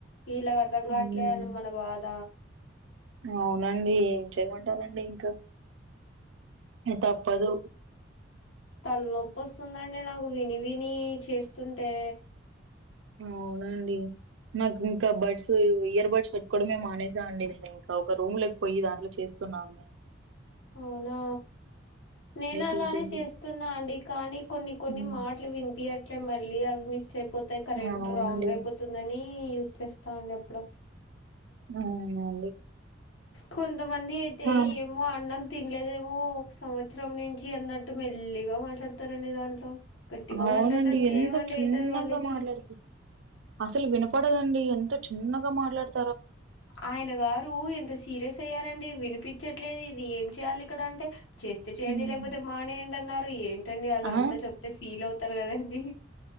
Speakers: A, on the left (about 80°); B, on the right (about 70°).
A: వీళ్ళకి అర్థం గాట్లే
B: హ్మ్.
A: అని మన బాధ
B: అవునండి ఏం చేయమంటారండి ఇంకా తప్పదు
A: తలనొప్పి వస్తుందండి నాకు విని విని చేస్తుంటే
B: అవునండి నాకు ఇంకా బడ్స్ ఇయర్ బడ్స్ పెట్టుకోవడమే మానేసా అండి ఇంకా ఒక రూమ్ లోకి పోయి దాంట్లో చేస్తున్న అండి
A: అవునా నేను అలానే
B: తీసేసి
A: చేస్తున్నా అండి కానీ కొన్ని కొన్ని
B: హ్మ్.
A: మాటలు వినిపియ అంటే మళ్ళీ అవి మిస్ అయిపోతాయి కరెక్ట్
B: అవునండి
A: రాంగ్ అయిపోతుందని యూజ్ చేస్తావుండే అప్పుడప్పుడు
B: అవునండి
A: కొంతమంది అయితే
B: ఆ!
A: ఏమో అన్నం తినలేదేమో సంవ త్సరం నుంచి అన్నట్టు మెల్లిగా మాట్లాడతారండి దాంట్లో గట్టిగా
B: అవునండి
A: మాట్లాడడానికి
B: ఎంత
A: ఏమండి
B: చిన్నగా
A: అయితది వాళ్ళకి
B: మాట్లాడుతుర్ అసలు వినపడదండి ఎంత చిన్నగా మాట్లాడుత్
A: ఆయన గారు ఎంత సీరియస్ అయ్యారండి వినిపించట్లేదు ఇది ఏం చేయాలి ఇక్కడ అంటే చేస్ చేస్తే చేయండి
B: హ్మ్.
A: లేకపోతే మానేయండి అన్నారు ఏంటండి అలా
B: ఆ
A: అంతా చెప్తే ఫీల్ అవుతారు కదండి